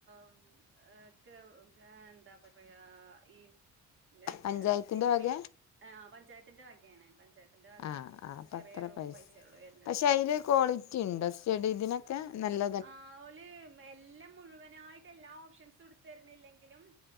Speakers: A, on the right; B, on the left.
A: ഉം ഏഹേ കേ എന്താ പറയാ ഈ <unintelligible>
B: പഞ്ചായത്തിന്റെ വക
A: ആഹ് പഞ്ചായത്തിന്റെ വകയാണ് പഞ്ചായത്തിന്റെ വക
B: ആഹ് ആഹ് അപ്പ
A: ചെറിയൊരു
B: അത്ര പൈസ
A: പൈസയൊള്ളൂ വര്ണത്
B: പക്ഷെ അയില് ക്വാളിറ്റി ഇണ്ടോ? സ്‌റ്റെഡി ഇതിനൊ ഇതിനൊക്കെ നല്ല
A: ആഹ് ഓല് എല്ലം മുഴുവനായിട്ട് എല്ലാ ഓപ്ഷൻസും ഇടുത്തരുന്നില്ലെങ്കിലും